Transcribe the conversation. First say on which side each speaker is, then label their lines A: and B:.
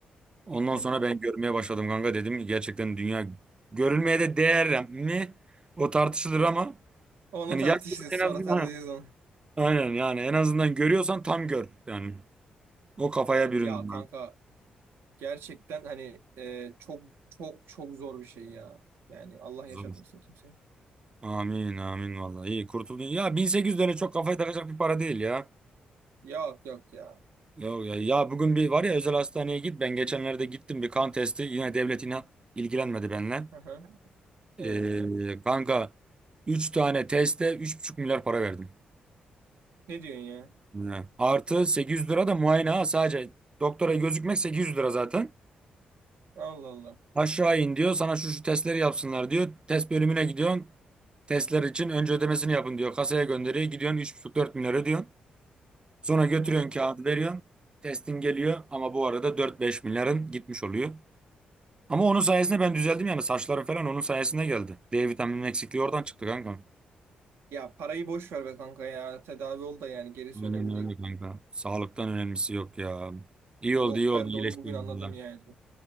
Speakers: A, on the right; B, on the right.
A: Ondan
B: Hı
A: sonra
B: hı.
A: ben görmeye başladım kanka dedim ki gerçekten dünya görülmeye de değer mi? O tartışılır ama
B: Onu
A: yani
B: tartışırız
A: yaşlısın en
B: sonra
A: azından
B: tartışırız onu.
A: aynen yani en azından görüyorsan tam gör yani. O kafaya
B: Evet
A: büründüm
B: ya kanka
A: ben.
B: gerçekten hani e, çok çok çok zor bir şey ya. Yani Allah
A: Zor.
B: yaşatmasın kimseye.
A: Amin amin vallahi iyi kurtuldun. Ya 1800 lira çok kafaya takacak bir para değil ya.
B: Yok yok ya.
A: Ya, ya, ya bugün bir var ya özel hastaneye git. Ben geçenlerde gittim bir kan testi. Yine devlet inan ilgilenmedi benimle.
B: Hı hı.
A: Ee,
B: Evet.
A: kanka 3 tane teste üç buçuk milyar para verdim.
B: Ne diyorsun ya?
A: He. Artı 800 lira da muayene ha sadece. Doktora gözükmek 800 lira zaten.
B: Allah Allah.
A: Aşağı in diyor sana şu şu testleri yapsınlar diyor. Test bölümüne gidiyorsun. Testler için önce ödemesini yapın diyor. Kasaya gönderiyor. Gidiyorsun üç buçuk dört milyar ödüyorsun. Sonra götürüyorsun
B: Hı.
A: kağıdı veriyorsun. Testin geliyor ama bu arada dört beş milyarın gitmiş oluyor. Ama onun sayesinde ben düzeldim yani saçlarım falan onun sayesinde geldi. D vitaminin eksikliği oradan çıktı kanka.
B: Ya parayı boş ver be kanka ya. Tedavi ol da yani gerisi
A: Aynen
B: önemli
A: öyle
B: değil.
A: kanka. Sağlıktan önemlisi yok ya. İyi oldu
B: Yok
A: iyi oldu
B: ben
A: iyileştim
B: de onu bugün anladım
A: valla.
B: yani.